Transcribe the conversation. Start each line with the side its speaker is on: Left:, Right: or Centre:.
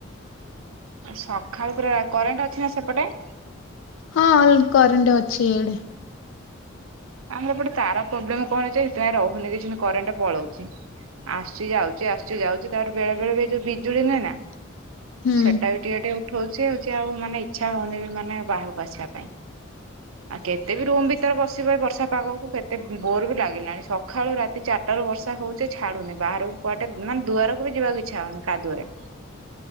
Right: ସକାଳୁ ପୁରା କରେଣ୍ଟ୍ ଅଛି ନା ସେପଟେ?
Left: ହଁ କରେଣ୍ଟ୍ ଅଛି ଇଆଡ଼େ।
Right: ଆମର ଏପଟେ ତାର ପ୍ରୋବ୍ଲେମ୍ କଣ ଅଛି ସେଥିପାଇଁ ରହୁନି <unintelligible> କରେଣ୍ଟ ପଳଉଛି। ଆସୁଚି ଯାଉଛି ଆସୁଚି ଯାଉଛି ତାପରେ ବେଳେ ବେଳେ ବି ଏଇ ଯୋଉ ବିଜୁଳି ନୁହେଁ ନା
Left: ହୁଁ
Right: ସେଟା ବି ଟିକେ ଟିକେ ଉଠଉଛି ହଉଛି ଆଉ ମାନେ ଇଚ୍ଛା ହଉନି ବି ମାନେ ବାହାରକୁ ଆସିବା ପାଇଁ। ଆଉ କେତେ ବି ରୁମ୍ ଭିତରେ ବସିବ ଏ ବ ବର୍ଷା ପାଗକୁ କେତେ ବୋର୍ ବି ଲାଗିଲାଣି ସକାଳୁ ରାତି ଚାରିଟାରୁ ବର୍ଷା ହଉଛି ଛାଡୁନି ବାହାରୁ କୁଆଡ଼େ ମାନେ ଦୁଆରକୁ ବି ଯିବାକୁ ଇଚ୍ଛା ହଉନି କାଦୁଅରେ।